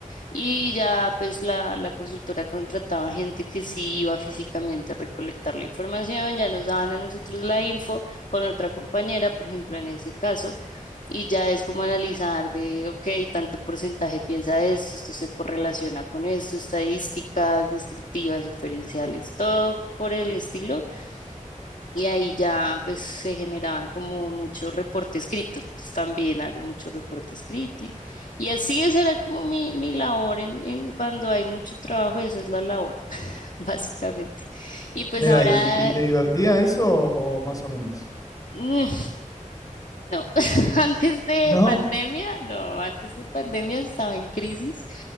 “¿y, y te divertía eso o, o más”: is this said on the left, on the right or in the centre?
Left